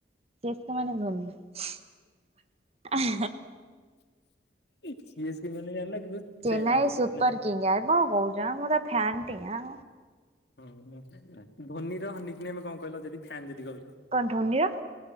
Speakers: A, on the right (about 35°); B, on the left (about 65°).
A: <unintelligible> ହେଁ ହେଁ,
B: <inaudible> ସିଏସ୍ କେ ମାନେ ଜାଣିନ କିନ୍ତୁ
A: ଚେନ୍ନାଇ ସୁପର
B: ନା
A: କିଙ୍ଗ ଆଉ କଓଁ କହୁଚ ମୁଁ ତା ଫ୍ୟାନ। ଟିଆଁ।
B: ହୁଁ ହୁଁ ଧୋନୀର ହଁ ନିକ୍ ନେମ୍ କଣ କହିଲ ଯଦି ଫ୍ୟାନ ଯଦି କ
A: କଣ ଧୋନିଅ